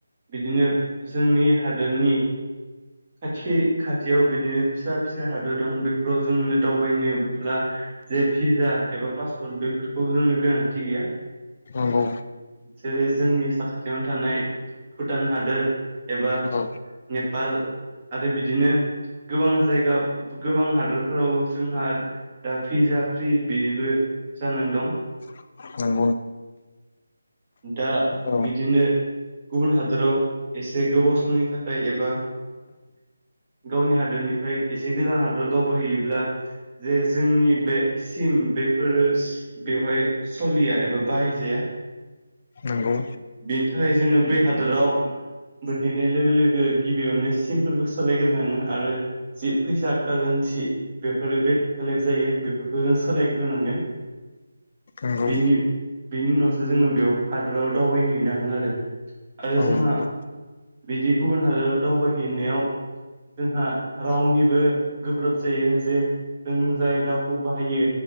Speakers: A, on the right; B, on the left.
A: बिदिनो जोंनि हादोरनि खाथि खाथियाव बिदिनो फिसा फिसा हादर दं बेफोराव जोंनो दावबायनोब्ला जे भिजा एबा पासपर्ट बेफोरखौ जोंनो गोनांथि गैया।
B: नंगौ
A: जेरै जोंनि साखाथियावनो थानाय भुटान हादोर एबा
B: औ
A: नेपाल आरो बिदिनो गोबां जायगा गोबां हादरफोराव जोंहा दा भिजा फ्रि बिदिबो जानानै दं।
B: <unintelligible>
A: दा
B: औ
A: बिदिनो गुबुन हादोराव एसे गोबाव समनि थाखाय एबा गावनि हादोरनिफ्राय एसे गोजान हादरोराव दावबायहैयोब्ला जे जोंनि बे सिम बेफोरो बेवहाय सलिया एबा बाहायजाया
B: नोंगौ
A: बिनि थाखाय जोङो बै हादोराव मोनहैनाय लोगो लोगो गिबियावनो सिमफोरखौ सालायग्रोनांगोन आरो जि फैसा कार <unintelligible> बेफोरो बे बेलेग जायो बेफोरखौ जों सोलायग्रोनांगोन
B: नंगौ
A: बेनि उनावसो जोङो बेयाव हादोराव दावबायहैनो हागोन आरो आरो
B: औ
A: जोंहा
B: नंगौ
A: बिदि गुबुन हादोराव दावबायहैनायाव जोंहा रावनिबो गोब्राब जायो जे जों जाय रावखौ बाहायो